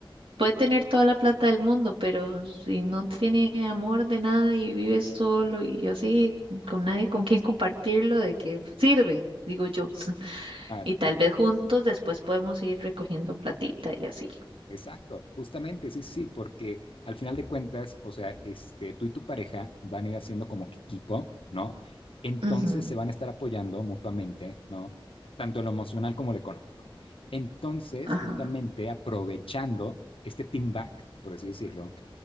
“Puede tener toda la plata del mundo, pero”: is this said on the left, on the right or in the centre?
Right